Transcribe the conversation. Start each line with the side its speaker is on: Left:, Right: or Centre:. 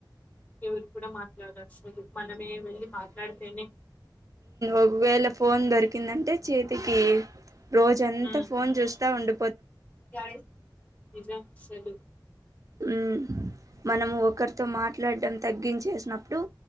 Left: ఎవరు కూడా మాట్లాడసల్ మనమే వెళ్ళి మాట్లాడితేనే
Right: ఒకవేళ ఫోన్ దొరికిందంటే చేతికి రోజంతా
Left: ఉమ్
Right: ఫోన్ చూస్తా ఉండు
Left: <unintelligible> నిజం అసలు
Right: ఉ మనము ఒకరితో మాట్లాడటం తగ్గించేసినప్పుడు